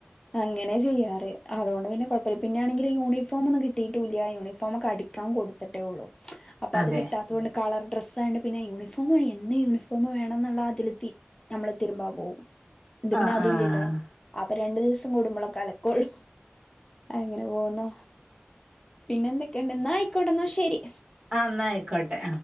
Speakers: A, on the left; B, on the right.
A: അങ്ങനെ ചെയ്യാറ് അതൊണ്ട് പിന്നെ കൊഴപ്പല്ല പിന്നൊണെങ്കില് യൂണിഫോമൊന്നും കിട്ടീട്ടൂല്ല യൂണിഫോമൊക്കെ അടിക്കാൻ കൊട്ത്ത്ട്ടേ ഉള്ളൂ അപ്പൊ
B: അതെ
A: അത് കിട്ടാതൊണ്ട് കളർ ഡ്രസ്സായോണ്ട് പിന്നെ യൂണിഫോ ന്ന് യൂണിഫോം വേണംന്നുള്ള അതിലെത്തി നമ്മള് തിര്മ്പാം പോവും ഇത് പിന്നെ
B: ആഹ്
A: അതില്ലല്ലോ
B: ആഹ്
A: അപ് അപ്പ രണ്ടു ദിവസം കൂടുമ്പോളൊക്കെകലക്കോളു അങ്ങനെ പോവുന്നു പിന്നെന്തെക്കെണ്ട് ന്ന ആയിക്കോട്ടെ ന്ന ശെരി
B: ആ ന്നാ ആയ്ക്കോട്ടെ